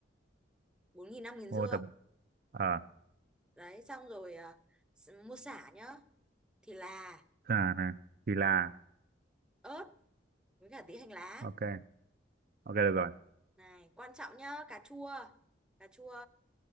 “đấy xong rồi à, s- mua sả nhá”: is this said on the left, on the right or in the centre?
Centre